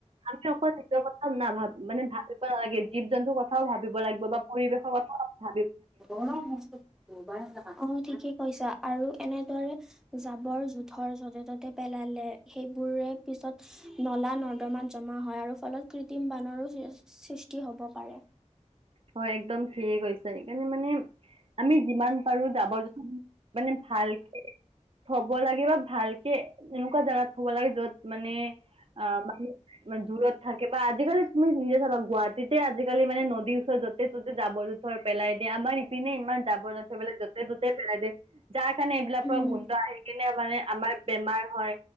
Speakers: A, on the right; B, in the centre.
A: আমি অকল নিজৰ কথা নাভাবি মানে ভাবিব নালাগে। জীৱ জন্তুৰ কথাও ভাবিব লাগিব বা পৰিৱেশৰ কথাও ভাবি
B: <unintelligible> ঠিকে কৈছা আৰু এনেদৰে জাবৰ জোথৰ যতে ত'তে পেলালে সেইবোৰ পিছত নলা নৰ্দমাত জমা হয় আৰু ফলত কৃত্ৰিম বানৰো সৃষ্টি। হ'ব পাৰে
A: হয় একদম ঠিকে কৈছা। আমি মানে আমি যিমান পাৰো জাবৰ জোথ মানে ভালকে। হব লাগে বা ভালকে এনেকুৱা জেগাত থব লাগে য'ত মানে অ' মানে দূৰত থাকে বা আজিকালি তুমি নিজে জানা গুৱাহাটী যেতিয়া আজিকালি মানে নদীৰ ওচৰত যতে ত'তে জাবৰ জোথৰ পেলাই দিয়ে আমাৰ পিনে ইমান যাব যোথৰ বিলাক জতে ততে পেলাই দে। যাৰ কাৰণে এইবিলাক
B: উম,
A: গোন্ধ আহি কিনে মানে আমাৰ বেমাৰ হয়